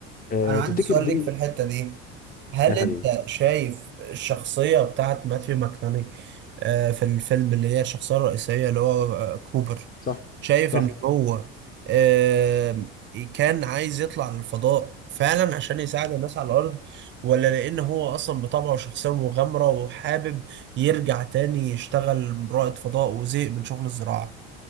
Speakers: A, on the left (about 30°); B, on the right (about 40°).
A: آه،
B: أنا
A: تفتكر
B: عندي سؤال
A: دي
B: ليك في الحتة دي هل
A: يا حبيبي
B: انت شايف الشخصية بتاعت ماثيو ماكناني آه، في الفيلم اللي هي الشخصية الرئيسية اللي هو آه، كوبر
A: صح
B: شايف
A: صح
B: ان هو آه، كان عايز يطلع للفضاء فعلا عشان يساعد الناس على الأرض ولا لأن هو أصلا بطبعه شخصية مغامرة وحابب يرجع تاني يشتغل رائد فضاء وزهق من شغل الزراعة